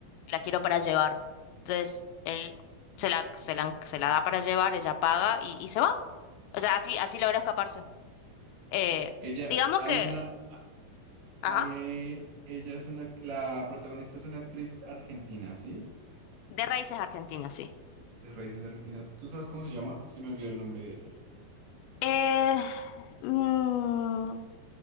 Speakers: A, on the left (about 85°); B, on the right (about 55°).
A: la quiero para llevar. Entonces, él se la, se la, se la da para llevar, ella paga y, y se va. O sea, así, así logra escaparse. Eh,
B: Ella,
A: digamos
B: hay
A: que,
B: una,
A: ajá,
B: hay, eh, ella es una, la protagonista es una actriz argentina, ¿sí?
A: de raíces argentinas, sí.
B: De raíces argentinas. ¿Tú sabes cómo se llama? Se me olvidó el nombre de ella.
A: Eh, mm,